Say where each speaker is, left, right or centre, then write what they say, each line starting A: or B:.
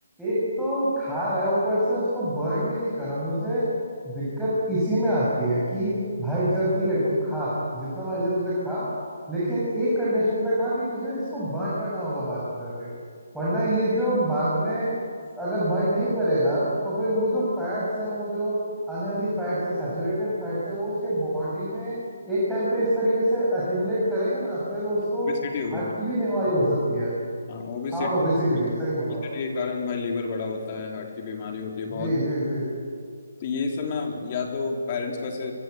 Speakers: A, in the centre; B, on the left.
A: एक तो खा रहा है ऊपर से उसको बर्न भी नहीं कर रहा मुझे दिक्कत इसी में आती है कि भाई चल ठीक है तू खा जितना मर्जी है तुझे खा लेकिन एक कंडीशन पे खा कि तुझे इसको बर्न करना होगा बाद में जाके वरना ये जो बाद में अगर बर्न नहीं करेगा तो फिर वो जो फैट्स हैं वो जो अनहेल्दी फैट्स है सैचुरेटेड फैट्स है वो उसके बॉडी में एक टाइम पे इस तरीके से एक्यूमुलेट करेंगे ना फिर उसको
B: ओबेसिटी होगा
A: हार्ट की भी बीमारी हो सकती है
B: हाँ ओबेसिटी
A: हाँ और ओबेसिटी भी सही बोला
B: के कारण भाई लीवर बड़ा होता है हार्ट की बीमारी होती है बहुत
A: जी जी जी
B: तो ये सब ना या तो पेरेंट्स को ऐसे